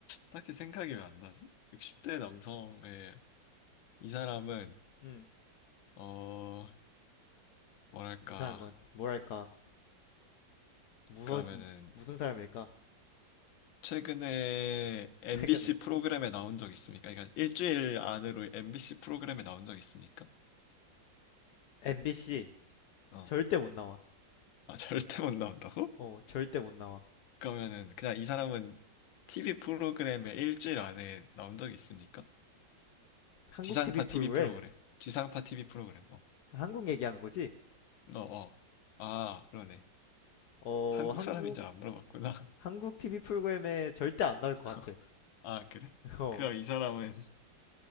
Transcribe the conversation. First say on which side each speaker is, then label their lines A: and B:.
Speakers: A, on the left; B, on the left.
A: 딱히 생각이 왜 안 나지? 60대 남성의 이 사람은
B: 음,
A: 어, 뭐랄까?
B: 이 사람은, 뭐랄까, 무서,
A: 그러면은
B: 무슨 사람일까?
A: 최근에 MBC
B: 최근에.
A: 프로그램에 나온 적 있습니까? 그러니까 일주일 안으로 MBC 프로그램에 나온 적 있습니까?
B: MBC,
A: 어.
B: 절대 못 나와.
A: 아, <laughs> 절대 못 나온다고?
B: 어, 절대 못 나와.
A: 그러면은 그냥 이 사람은 TV 프로그램에 일주일 안에 나온 적이 있습니까?
B: 한국
A: 지상파
B: TV 프로그램,
A: TV 프로그램. 지상파 TV 프로그램. 어,
B: 한국 얘기하는 거지?
A: 어, 어. 아, 그러네.
B: 어,
A: 한국
B: 한국,
A: 사람인 줄 안 물어봤구나.
B: 한국 TV 프로그램에 절대 안 나올 것
A: <laughs>
B: 같아.
A: 아, 그래?
B: <laughs> 어,
A: 그럼 이 사람은